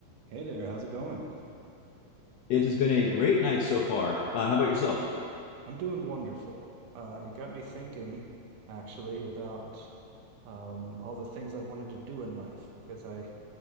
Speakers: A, on the right (about 80°); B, on the left (about 65°).
A: Hey there, how's it going?
B: It has been a great night so far. Uh, how about yourself?
A: I'm doing wonderful. Uh, it got me thinking, actually, about um, all the things I've wanted to do in life because I